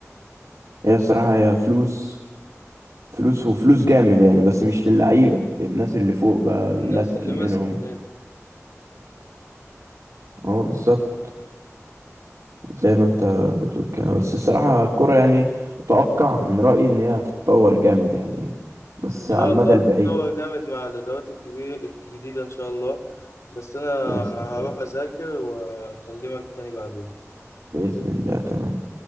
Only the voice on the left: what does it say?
الناس
اللي ماسك
النادي
ان شاء
الله
تتطور جامد مع الادارات الكبير الجديده ان شاء الله بس انا
هروح
اذاكر واكلمك تاني بعدين